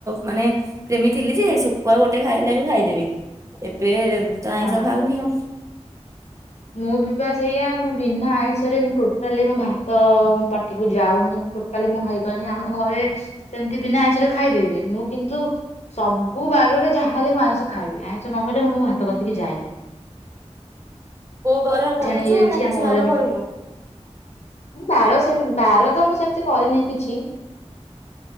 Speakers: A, on the right (about 25°); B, on the left (about 70°).
A: ମାନେ ପ୍ରେମୀ ଥିଲି ଯେ ଶୁଖୁଆ ଗୋଟେ ଖାଇଲା ବି ଖାଇଦେବି ଏବେ। ତ
B: ହଁ
A: ଆଇଁଷ ଖାଉନି ଆଉ।
B: ମୁଁ ବିପାସ ଏଇଆ ମୁଁ ବିନା ଆଇଁଷରେ ମୁଁ ଟୋଟାଲି ମୋ ଭାତ ମୋ ପାଟିକୁ ଯାଉନି ଟୋଟାଲି ମୁଁ ଖାଇପାରୁନି ଆମ ଘରେ ସେମତି ବିନା ଆଇଁଷରେ ଖାଇଦବି ମୁଁ କିନ୍ତୁ ସବୁ ବାରରେ ଯାହାହେଲେ ମୁଁ ଆଇଁଷ ଖାଇବି ଆଇଁଷ ନହେଲେ ମୁଁ ମ ଭାତ କତିକି ଯାଏନି।
A: କୋଉ ବାର କରୁଛୁ
B: ଜାଣି ହେଇଯାଇଛି
A: ନା କିଛି
B: ଆମ ଘରେ
A: ବାର କରୁନୁ
B: ବାହାର ସେମ ବାର ତ ମୁଁ ସେମିତି କରେନି କିଛି।